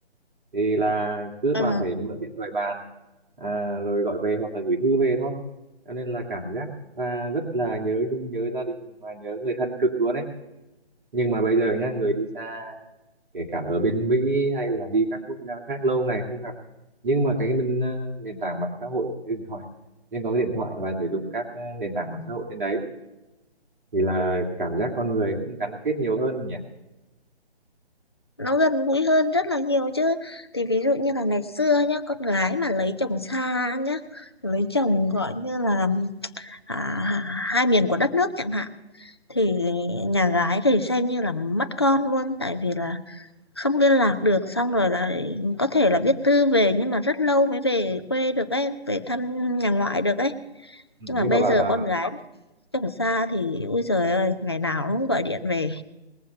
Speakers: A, on the right; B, on the left.
A: thì là cứ
B: Ờ,
A: toàn phải mượn điện thoại bàn à, rồi gọi về hoặc là gửi thư về thôi cho nên là cảm giác là rất là nhớ nhung nhớ gia đình và nhớ người thân cực luôn ấy nhưng mà bây giờ nhá người đi xa kể cả ở bên Mỹ hay là đi các quốc gia khác lâu ngày không gặp nhưng mà cái mình ờ, nền tảng mạng xã hội cái điện thoại nhưng có cái điện thoại và sử dụng các ờ, nền tảng mạng xã hội trên đấy thì là cảm giác con người cũng gắn kết nhiều hơn nhỉ
B: nó gần gũi hơn rất là nhiều chứ thì ví dụ như là ngày xưa nhá con gái mà lấy chồng xa nhá lấy chồng gọi như là à, hai miền của đất nước chẳng hạn thì nhà gái thì xem như là mất con luôn tại vì là không liên lạc được xong rồi là có thể là viết thư về nhưng mà rất lâu mới về quê được ấy về thăm nhà ngoại được ấy
A: ừ,
B: nhưng
A: nhưng
B: mà bây
A: mà bà
B: giờ
A: bà
B: con gái chồng xa thì ui trời ơi ngày nào nó cũng gọi điện về